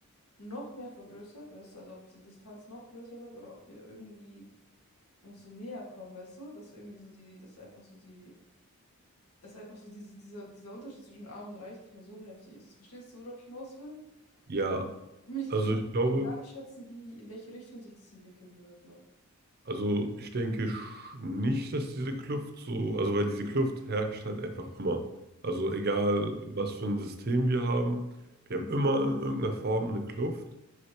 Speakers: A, on the left (about 85°); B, on the right (about 45°).
A: noch mehr vergrößert, weißt du, also ob diese Distanz noch größer wird oder ob wir irgendwie uns so näher kommen, weißt du? Dass irgendwie so die, dass einfach so die, dass einfach so dieses, dieser, dieser Unterschied zwischen Arm und Reich nicht mehr so heftig ist. Verstehst du, worauf ich hinaus will?
B: Ja,
A: So? Ich, meine, ich
B: also
A: ich kann
B: ich
A: echt
B: glaube.
A: grad gar nicht schätzen, wie, in welche Richtung sich das entwickeln wird noch.
B: Also ich denke sch- nicht, dass diese Kluft so, also weil diese Kluft herrscht halt einfach immer. Also egal, was für ein System wir haben, wir haben immer in irgendeiner Form eine Kluft.